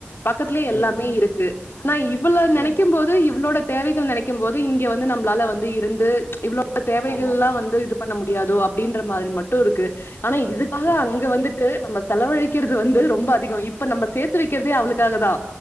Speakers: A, on the left (about 70°); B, on the left (about 45°).
A: பக்கத்துலயே எல்லாமே
B: ம், ம்,
A: இருக்கு ஆனா இவள நெனைக்கும்
B: ம்.
A: போது இவளோட தேவைகள் நெனைக்கும் போது இங்க வந்து நம்ளால வந்து இருந்து இவ்ளோ தேவைகள்
B: ஆமா.
A: எல்லா வந்து இது பண்ண முடியாதோ அப்டின்ற மாரி மட்டு இருக்கு ஆனா இதுக் காக
B: ம்,
A: அங்க வந்துட்டு நம்ம செலவழிக்கிறது வந்து ரொம்ப அதிக இப்ப நம்ப சேத்து வைக்கிறதே அவளுக்காக தா